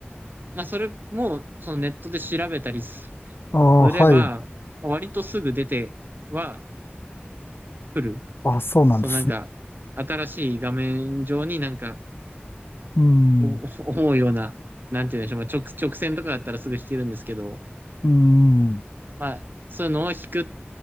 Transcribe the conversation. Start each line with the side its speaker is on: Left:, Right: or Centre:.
Right: まあそれも、そのネットで調べたりす
Left: ああ、
Right: れば、
Left: はい。
Right: 割とすぐ出ては来る。
Left: あ、そうなんですね。
Right: そうなんか、新しい画面上になんか、
Left: うん。
Right: お <laughs> 思うような、なんて言うんでしょう、まあ、直、直線とかだったらすぐ弾けるんですけど、
Left: うん。
Right: まあ、そういうのを弾くっ